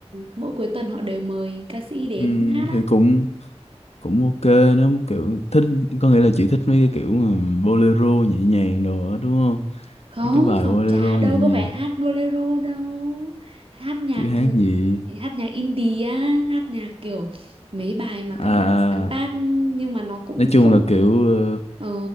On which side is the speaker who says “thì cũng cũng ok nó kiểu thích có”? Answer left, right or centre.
Left